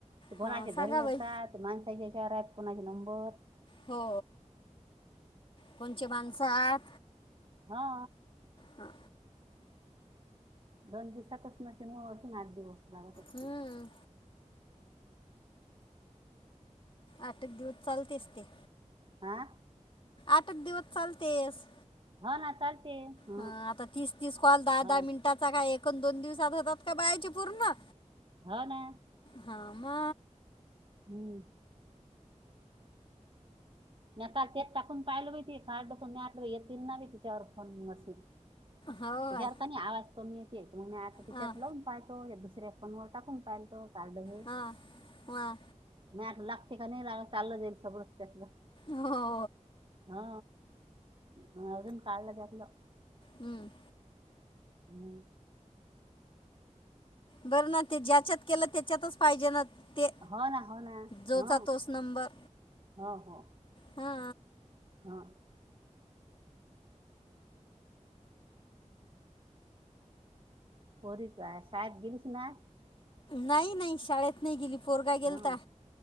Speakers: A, on the right; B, on the left.
A: ते कोणाचे
B: हां
A: घरी
B: सांगा
A: नसतात.
B: बाई
A: ते माणसाचे हेच्यावर आहेत कुणाचे नंबर.
B: हो कोणचे माणसं हात
A: हा.
B: हा.
A: दोन दिवसातच नशेन म मशीन आठ दिवस लागत असतील
B: हं, आठ एक दिवस चालतेस ते.
A: हां?
B: आठच दिवस चालतेस-
A: हो ना चालते. हो
B: हं. आता तीस तीस कॉल दहा
A: हो
B: दहा मिनिटाचा काय एक अन दोन दिवसात होतात का बायाचे पूर्ण?
A: हा ना.
B: हा. म.
A: हम्म. म्या काल तेच टाकून पाहिलं बाई ते कार्ड टाकून. <unintelligible> वाटलं येतील माझं तिच्यावर फोन मॅसेज.
B: हो
A: याच्यावर
B: आहे
A: कनी आवाज कमी येतोय. तर मग मी आता तिच्यात
B: हा
A: लावून पाहतो दुसऱ्या- फोनवर टाकून पाहिलतो कार्ड हे.
B: हा हा
A: <unintelligible> लागत का नाही? लाग चाललं जाईल सगळंच त्यातलं.
B: हो.
A: हा. म अजून काढल त्यातलं.
B: हम्म.
A: हम्.
B: बरं ना ते ज्याच्यात केलं त्याच्यातच पाहिजे ना? ते
A: होना. होना.
B: जोचा
A: हो.
B: तोच नंबर
A: हो. हो.
B: हा.
A: हां. पोरी तुझ्या शाळेत गेलीस ना?
B: नाही नाही. शाळेत नाही गेली. पोरगा गेलता.
A: हा